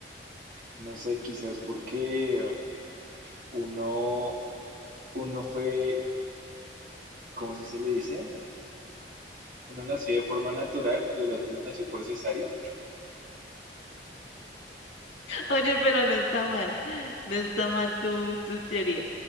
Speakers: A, on the right; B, on the left.
A: No sé, quizás porque uno, uno fue, ¿cómo se se le dice? Uno nació de forma natural y el otro nació por cesárea.
B: Oye, pero no está mal, no está mal tu, tu teoría.